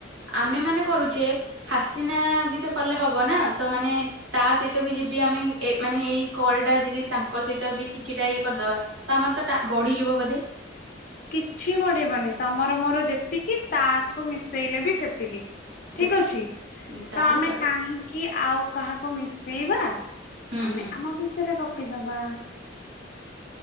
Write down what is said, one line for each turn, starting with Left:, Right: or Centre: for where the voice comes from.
Right: ଆମେ ମାନେ କରୁଛେ ହାସିନା ବି ତ କଲେ ହବ ନା ତ ମାନେ ତା ସହିତ ବି ଯଦି ଆମେ ଏ ମାନେ ଏଇ କଲ ଟା ଯଦି ତାଙ୍କ ସହିତ ବି କିଛିଟା ଇଏ କରିଦବା। ତ ଆମର ତ ବଢିଯିବ ବୋଧେ।
Left: କିଛି ବଢିବନି ତମର ମୋର ଯେତିକି ତାକୁ ମିଶେଇଲେ ବି ସେତିକି।
Right: ସେ
Left: ଠିକ ଅଛି
Right: ତାହେଲେ
Left: ତ ଆମେ
Right: ଚଳିବ।
Left: କାହିଁକି ଆଉ କାହାକୁ ମିଶେଇବା
Right: ହୁଁ
Left: ଆମେ
Right: ହୁଁ
Left: ଆମ ଭିତରେ ଗପି ଦବା।